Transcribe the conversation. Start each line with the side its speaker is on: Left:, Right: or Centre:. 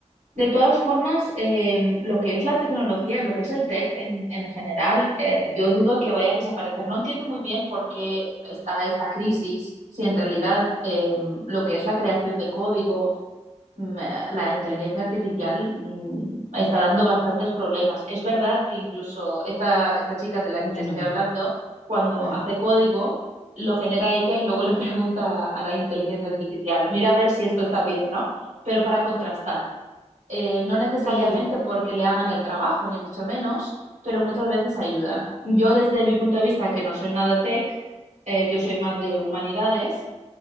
Right: De todas formas, eh, lo que es la tecnología, lo que es el tech en, en general, eh, yo dudo que vaya a desaparecer. No entiendo muy bien por qué está esta crisis, si en realidad eh, lo que es la creación de código, mm, eh, la inteligencia artificial mm, está dando bastantes problemas. Es verdad que incluso esta, esta chica de la
Left: Bueno,
Right: que te estoy hablando, cuando
Left: ajá.
Right: hace código, lo genera ella y luego le <laughs> pregunta a la inteligencia artificial, mira a ver si esto está bien, ¿no? Pero para contrastar, eh, no necesariamente
Left: sí,
Right: porque le hagan el trabajo, ni mucho menos, pero muchas veces ayuda. Yo desde mi punto de vista, que no soy nada tech, eh, yo soy más de humanidades